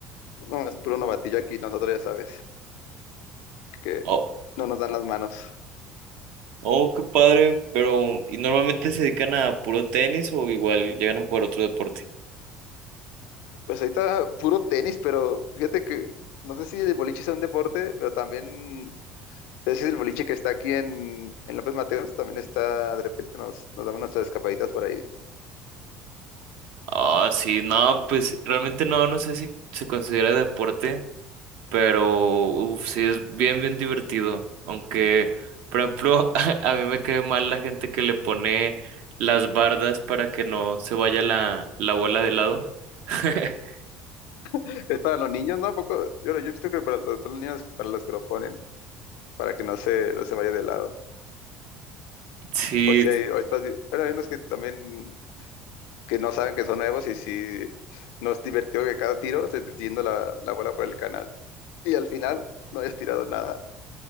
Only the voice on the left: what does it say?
No, es puro novatillo aquí, nosotros ya sabes que
no nos dan las manos.
Pues ahorita puro tenis, pero fíjate que no sé si el boliche sea un deporte, pero también ese es el boliche que está aquí en, en López Mateos, también está, de repente nos, nos damos nuestras escapaditas por ahí.
Es para los niños, ¿no? ¿A poco? Yo, yo he visto que para los, son los niños para los que lo ponen, para que no se, no se vaya de lado.
O si hay, o estás pero hay unos que también que no saben que son nuevos y si nos divertió que cada tiro se te esté yendo la, la bola por el canal. Y al final no hayas tirado nada,